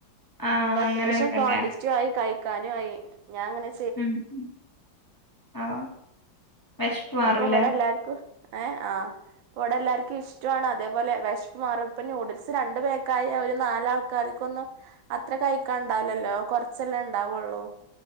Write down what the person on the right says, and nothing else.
അപ്പൊ അത്യാവശ്യം
കോണ്ടിസ്റ്റു ആയി കഴിക്കാനുംആയി ഞാൻങ്ങനെ
അപ്പൊ ഇവിടെ എല്ലാർക്കും ഏ ആ ഇവിടെ എല്ലാർക്കും ഇഷ്ടമാണ് അതേപോലെ വിശപ് മാറും ഇപ്പം ന്യൂഡിൽസ് രണ്ട് പേർക്കായ ഒരു നാലാൾ കറിക്കൊന്നും അത്ര കഴിക്കാ ഒണ്ടാവില്ലല്ലോ കൊറച്ചെല്ലെ ഒണ്ടാവുള്ളൂ